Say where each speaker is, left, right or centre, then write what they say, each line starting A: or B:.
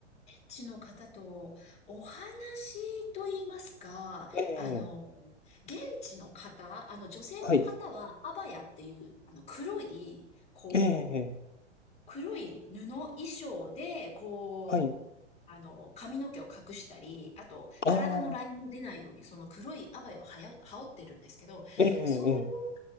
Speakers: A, on the left; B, on the left.
A: 地の方とお話と言いますか、
B: ええ、
A: あの、現地の方、あの女性の方はアバヤっていう、
B: はい。
A: あの黒い、こう、
B: ええ、
A: 黒い布衣装で、こう、
B: はい。
A: あの、髪の毛を隠したり、あと、
B: ああ、
A: 体のラインも出ないように、その黒いアバイをはや、羽織ってるんですけど、
B: ええ、ええ。
A: そういう